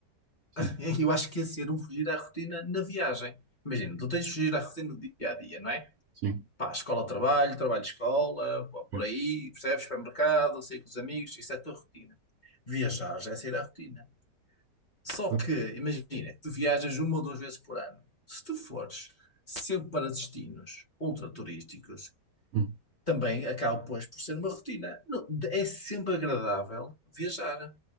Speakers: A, on the right (about 70°); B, on the left (about 30°).
A: Sim,
B: <laughs> eu acho que ia ser um fugir à rotina na viagem. Imagina, tu tens de fugir à rotina do dia a dia, não é?
A: sim,
B: Pá, escola, trabalho, trabalho, escola, pá, por
A: sim,
B: aí, percebes? Supermercado, sair com os amigos, isso é a tua rotina. Viajar já é sair à rotina. Só
A: claro,
B: que, imagina, tu viajas uma ou duas vezes por ano. Se tu fores sempre para destinos ultra turísticos,
A: Hum,
B: também acaba, pois, por ser uma rotina. Não, é sempre agradável viajar.